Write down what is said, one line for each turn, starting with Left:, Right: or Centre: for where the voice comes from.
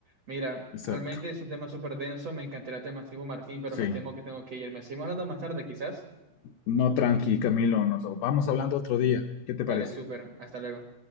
Right: mira,
Left: exacto.
Right: realmente es un tema súper denso, me encantaría el tema, Martín, pero
Left: Sí.
Right: me temo que tengo que ir. Me seguimos hablando más tarde, quizás.
Left: No tranqui, Camilo, nos vamos hablando otro día. ¿Qué te
Right: Dale,
Left: parece?
Right: súper, hasta luego.